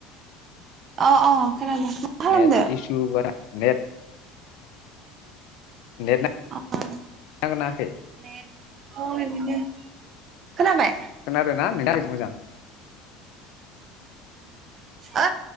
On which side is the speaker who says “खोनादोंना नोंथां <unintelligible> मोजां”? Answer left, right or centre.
Left